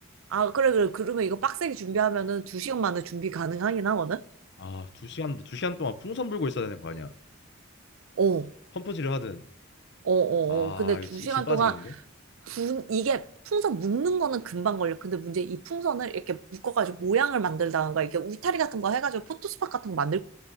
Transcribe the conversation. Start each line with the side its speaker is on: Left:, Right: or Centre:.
Right: 아, 그래, 그래. 그러면 이거 빡세게 준비하면은 두 시간 만에 준비 가능하긴 하거든?
Left: 아, 두 시간, 두 시간 동안 풍선 불고 있어야 되는 거 아니야.
Right: 어, 어,
Left: 펌프질을 하든.
Right: 어, 어.
Left: 아,
Right: 근데
Left: 이거
Right: 두
Left: 진,
Right: 시간
Left: 진 빠지겠는데?
Right: 동안 분, 이게 풍선 묶는 거는 금방 걸려. 근데 문제 이 풍선을 이렇게 묶어가지고 모양을 만들다가 이렇게 울타리 같은 거 해가지고 포토스팟 같은 거 만들